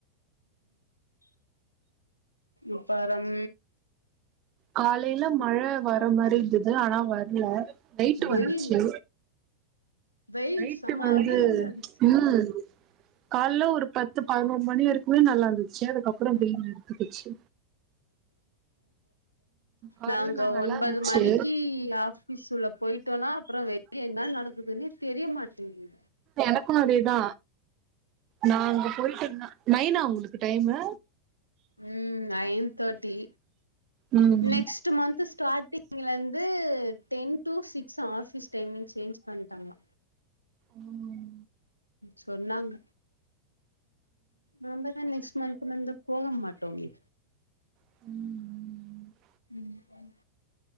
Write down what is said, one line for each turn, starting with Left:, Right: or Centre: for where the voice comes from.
Left: அப்பறம்
Right: காலைல மழ வரமாரி இருந்தது ஆனா வர்ல நைட்டு
Left: வெயில்
Right: வந்துச்சு
Left: வெயில்
Right: நைட்டு
Left: செம
Right: வந்து
Left: வெயில் அடிச்சு
Right: ம் கால்ல ஒரு பத்து பதினொரு மணி வரிக்குமே நல்லாருந்துச்சு அதுக்கப்புறோ
Left: ம்
Right: வெயில் எடுத்துக்குச்சு கால்ல
Left: நாங்க
Right: நா நல்லா
Left: ஒன்பது
Right: இருந்துச்சு
Left: மணிக்கி ஆஃபீஸ் உள்ள போய்ட்டோனா அப்புறோ வெளிய என்ன நடக்குதுன்னே தெரிய மாட்டேங்குது
Right: எனக்கு அதேதா நா அங்க போய்ட்டன்னா நைனா உங்களுக்கு டைமு
Left: ம் நைன் தேட்டி
Right: ம்
Left: நெக்ஸ்ட்டு மன்த்து ஸ்டாட்டிங்லருந்து ten to six office timing change பண்ட்டாங்ளா
Right: ம்
Left: சொன்னாங்க நமதா நெக்ஸ்ட் மந்த்து வந்து போக மாட்டோமே
Right: ம் ம்
Left: ம் ம்